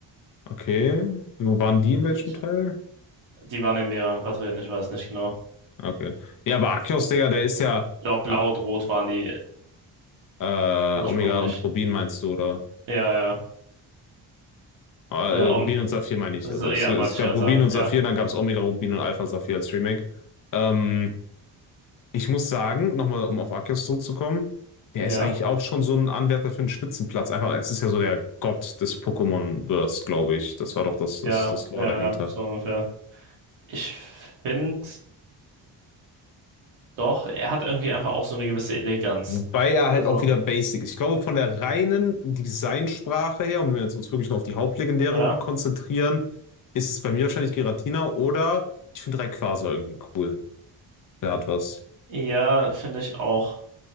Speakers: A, on the left; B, on the right.
A: Okay. Wo waren die in
B: Die
A: welchem
B: finde ich-
A: Teil?
B: Die waren in mehreren vertreten, ich weiß nicht genau.
A: Okay. Ja, aber Arceus, Digga, der ist ja,
B: Ja, blau
A: ja
B: und rot waren die
A: äh,
B: ursprünglich.
A: Omega und Rubin meinst du, oder?
B: Ja, ja.
A: Ah,
B: Äh,
A: Äh,
B: Om
A: Rubin und Saphir meine ich.
B: so,
A: Also
B: ja,
A: es, es
B: wollte ich
A: gab
B: gerade
A: Rubin
B: sagen.
A: und Saphir,
B: Ja.
A: dann gab es Omega, Rubin und Alpha Saphir als Remake. Ähm, Ich muss sagen, nochmal, um auf Arceus zurückzukommen, der
B: Ja,
A: ist eigentlich auch schon so ein Anwärter für einen Spitzenplatz. Einfach, es ist ja so der Gott des Pokémon-Verse, glaube ich. Das war doch das,
B: ja,
A: das, das Lore
B: ja,
A: dahinter.
B: ja, so ungefähr. Ich finde doch, er hat irgendwie einfach auch so eine gewisse Eleganz.
A: Wobei er halt
B: Also,
A: auch wieder basic ist. Ich glaube, von der reinen Designsprache her, und wenn wir jetzt uns wirklich nur auf die Hauptlegendären
B: ja.
A: konzentrieren, ist es bei mir wahrscheinlich Giratina oder ich finde Rayquaza irgendwie cool. Der hat was.
B: Ja, finde ich auch.